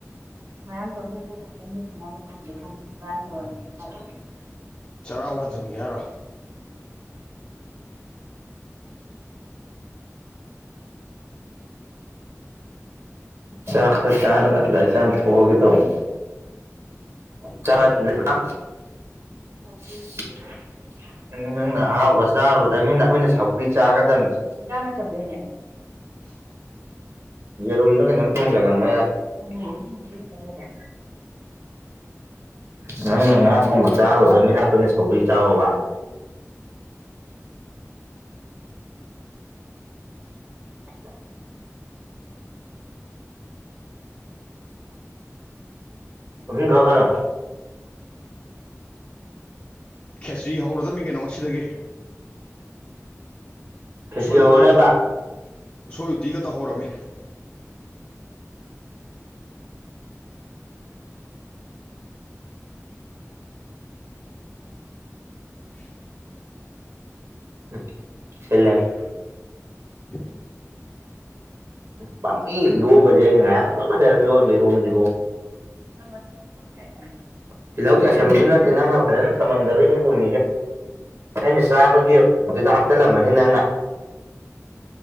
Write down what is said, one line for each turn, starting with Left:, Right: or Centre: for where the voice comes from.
Right: ꯃꯌꯥꯝ <unintelligible> ꯈꯟꯗꯤ ꯈꯟ ꯃꯥꯅ <unintelligible>
Left: ꯆꯔꯥ ꯋꯥꯟꯖꯟꯒꯦ ꯍꯥꯏꯔꯣ
Right: ꯆꯥꯛ ꯈꯔ ꯆꯥꯔꯒ ꯒꯥꯔꯤ ꯆꯥꯝꯊꯣꯛꯑꯒꯦ ꯇꯧꯅꯤ ꯆꯥꯗꯔꯤ ꯌꯥꯝ <unintelligible> ꯎꯝ ꯅꯪꯅ ꯑꯍꯥꯎꯕ ꯆꯥꯔꯨꯗꯕꯅꯤꯅ ꯑꯩꯈꯣꯏꯅ ꯁꯧꯒ꯭ꯔꯤ ꯆꯥꯒꯗꯝꯅꯤ ꯏꯟꯖꯥꯡ ꯂꯩꯇ꯭ꯔꯕꯩꯅꯦ
Left: <inaudible>
Right: ꯌꯦꯔꯨꯝꯂꯥ ꯀꯩꯅꯣꯝ ꯊꯣꯡꯖꯜꯂꯝꯃꯣ ꯌꯥꯔꯦ ꯑꯂꯨ ꯑꯍꯨꯝ ꯃꯔꯤ ꯈꯛꯇ ꯂꯩꯌꯦ ꯅꯪꯅ ꯉꯥ ꯊꯣꯡꯕ ꯆꯥꯔꯨꯗꯝꯅꯤꯅ ꯑꯩꯈꯣꯏꯅ ꯁꯧꯒꯔꯤ ꯆꯥꯎꯋꯣꯕ <inaudible> ꯍꯨꯖꯤꯛ ꯈꯥꯒꯥ ꯂꯧ
Left: ꯈꯦꯆ꯭ꯔꯤ ꯍꯧꯔꯗꯝꯃꯤ ꯀꯩꯅꯣ ꯉꯁꯤꯗꯒꯤ
Right: ꯈꯦꯆꯤ
Left: ꯎꯁꯣꯏ
Right: ꯍꯧꯔꯅꯦꯕ
Left: ꯎꯇꯤꯒꯇꯧ ꯎꯁꯣꯏ ꯎꯇꯤꯒ ꯇꯧꯍꯧꯔꯝꯃꯦ <inaudible>
Right: ꯑꯦ ꯁꯤꯜꯂꯦꯞ
Left: <inaudible>
Right: ꯎꯝ ꯄꯥꯝꯃꯨꯏ ꯏꯔꯣꯝꯕꯖꯦ ꯑꯩꯅꯉꯔꯥꯡ ꯑꯗꯨꯛ ꯐꯖꯅ ꯂꯣꯟꯕ ꯏꯔꯣꯝꯕꯖꯤꯕꯨ <unintelligible> <unintelligible> ꯇꯤꯜꯍꯧ ꯆꯥꯏꯁꯟꯕꯖꯨ ꯅꯠꯇꯦ ꯅꯪꯅ ꯐꯖꯅ ꯊꯝꯃꯝꯗꯕꯩꯅꯦ ꯄꯨꯝꯃꯤꯖꯦ ꯑꯩꯅ ꯆꯥꯕꯒꯤ ꯑꯗꯨꯗ ꯍꯥꯞꯆꯜꯂꯝꯃꯅꯤ ꯅꯪꯅ